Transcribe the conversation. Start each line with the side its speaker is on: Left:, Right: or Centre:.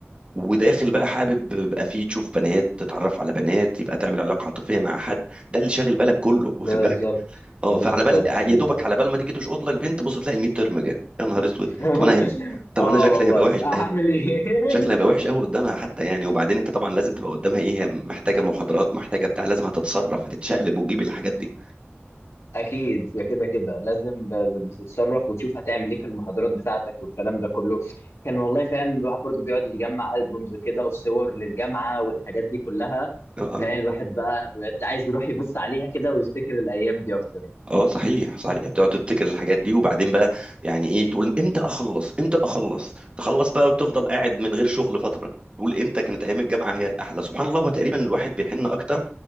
Right: وداخل بقى حابب يبقى فيه تشوف بنات تتعرف على بنات يبقى تعمل علاقه عاطفيه مع حد ده اللي شاغل بالك كله واخد
Left: بالظبط
Right: بالك اه
Left: بالظبط
Right: فعلى بال يا
Left: بالظبط
Right: دوبك على بال ما تيجي تشقط لك بنت بص تلاقي الميد ترم جه يا نهار اسود
Left: <laughs>
Right: طب انا هيبقى طب
Left: اه
Right: انا شكلي
Left: والله
Right: هيبقى وحش
Left: هعمل ايه
Right: شكلها هيبقى
Left: <laughs>
Right: وحش قوي قدامها حتى يعني وبعدين انت طبعا لازم تبقى قدامها ايه هي محتاجه محاضرات محتاجه بتاع لازم هتتصرف هتتشقلب وتجيب الحاجات دي
Left: اكيد يا كده كده لازم ب- ب- بتتصرف وتشوف هتعمل ايه في المحاضرات بتاعتك والكلام ده كله كان والله فاهم الواحد برضو بيقعد يجمع البومز كده وصور للجامعه والحاجات دي كلها
Right: اه آه.
Left: فاهم الواحد بقى بجد عايز يروح يبص عليها كده ويفتكر الايام دي اكتر
Right: اه صحيح صحيح يعني بتقعد تفتكر الحاجات دي وبعدين بقى يعني ايه تقول امتى اخلص امتى اخلص تخلص بقى وتفضل قاعد من غير شغل فتره تقول امتى كانت ايام الجامعه هي الاحلى سبحان الله هو تقريبا الواحد بيحن اكتر